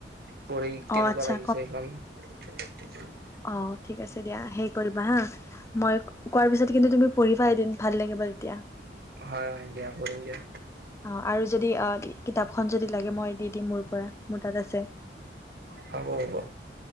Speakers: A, on the right; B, on the left.
A: পঢ়ি
B: অঁ
A: কেনেকুৱা
B: আচ্ছা
A: লাগিছে সিখন? <unintelligible>
B: অ', ঠিক আছে দিয়া হেই কৰিবা হা মই কোৱাৰ পিছত কিন্তু তুমি পঢ়িবা এদিন ভাল লাগিব তেতিয়া।
A: হয়, হয়, দিয়া পঢ়িম দিয়া।
B: অ', আৰু যদি অ', কিতাপখন যদি লাগে মই দি দিম মোৰ পৰা, মোৰ তাত আছে।
A: হ'ব, হ'ব।